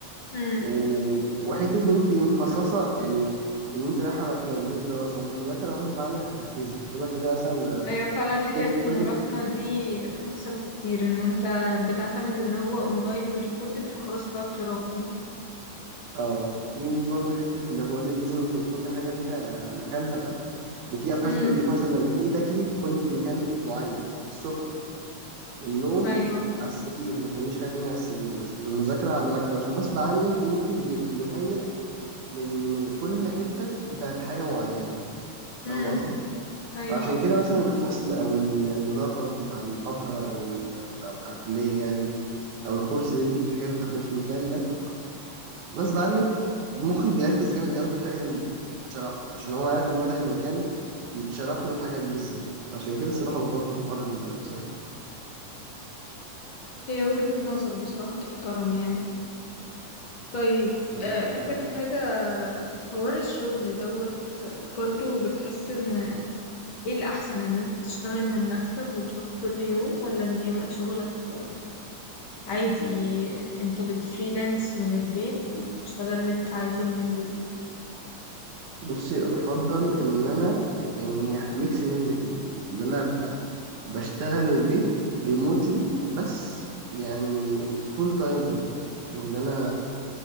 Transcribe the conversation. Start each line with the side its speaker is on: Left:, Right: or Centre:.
Left: امم
Right: و... وحتة ان انت مخصصة يعني ان انت رايحة مكان ده الدراسة والمذاكرة غصب عنك هتركزي شبه كده مثلا ما-
Left: ايوه فعلا حكاية
Right: في ناس
Left: المراكمة
Right: تقول لك
Left: دي بتحصل كتير ان انت بتعتمد ان هو اونلاين وريكوردد فخلاص بتقعد تراكم
Right: اه في برضه حتة اللي بقول لك لازم يكون كل حاجة ليها مكانها ده وفي أبحاث
Left: امم
Right: بتقول لك مثلا لما تيجي تاكلي كلي في مكان معين السفرة النوم
Left: ايوه
Right: على السرير ما تعمليش حاجة تانية على السرير مثلا المذاكرة على المكتب عشان غصب عنك مخك بي- بيهيأ لأن كل حتة بتاعت حاجة معينة
Left: امم
Right: فاهمة قصدي؟
Left: ايوه
Right: فعشان
Left: أه، فعلا
Right: كده مثلا الفصل أو المدرج بتاع المحاضرة أو بتاع بتاع الكلية يعني أو الكورس اللي أنت بتروحيه بتحضريه في المكان ده غصب عنك مخي بيركز جامد قوي في الحاجة اللي بتشرح له عشان هو عارف ان هو داخل مكان يتشرح له الحاجة دي بالظبط فعشان كده الصراحة بفضل حوار الاون سايد ده
Left: هي وجهة نظر بصراحة تحترم يعني طيب
Right: ربنا
Left: آه،
Right: يخليك
Left: اخر
Right: يا رب
Left: حاجة حوار الشغل دوت آه، برضو بتحس ان ايه الأحسن ان انت تشتغل من مكتب وتروح كل يوم ولا ان يبقى شغلك آه، عادي انت بتفريلانس من البيت وبتشتغل اللي انت عايزه من البيت
Right: بصي افضل ان انا يعني هي ميكس بين الاتنين ان انا ابقى بشتغل من البيت ريموتلي بس يعني فول تايم جوب شغلانه